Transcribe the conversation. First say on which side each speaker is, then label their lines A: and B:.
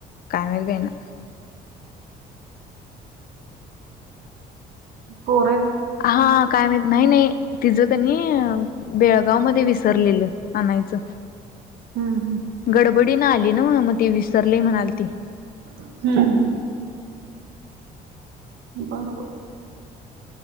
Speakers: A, on the left (about 60°); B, on the right (about 80°).
A: कायमरी पईना
B: होोर
A: हा काय मा नाही नाही तिझ कनी बेळगाव मध्ये विसरलेलं आणायचं
B: हम्म हम्म
A: गडबडी ना आली ना मग त विसरले म्हणाल ती
B: हम्म हम्म बरो बर